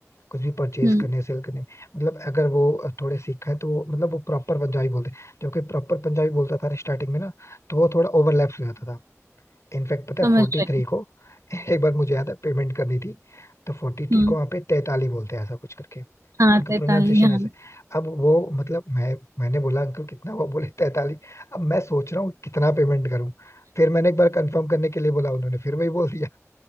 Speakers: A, on the left (about 65°); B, on the right (about 70°).
A: कुछ भी परचेज
B: हम्म,
A: करने सेल करने में मतलब अगर वो थोड़े सिख है तो वो मतलब वो प्रॉपर पंजाबी बोलते जबकि प्रॉपर पंजाबी बोलता था स्टार्टिंग में ना तो वो थोड़ा ओवरलैप्स हो जाता था इनफैक्ट पता
B: समझ
A: है फोर्टी
B: रही
A: थ्री को <laughs> एक बार मुझे याद है पेमेंट करनी थी तो फोर्टी थ्री
B: हूँ, हम्म
A: को वहाँ पे तैताली बोलते हैं ऐसा कुछ करके
B: हाँ
A: उनका
B: तैताली
A: प्रोनाउंसिएशन
B: हाँ
A: ऐसे अब वो मतलब मैं मैंने बोला अंकल कितना हुआ बोले तैताली अब मैं सोच रहा हूँ कितना पेमेंट करूँ फिर मैंने एक बार कंफर्म करने के लिए बोला उन्होंने फिर वही बोल दिया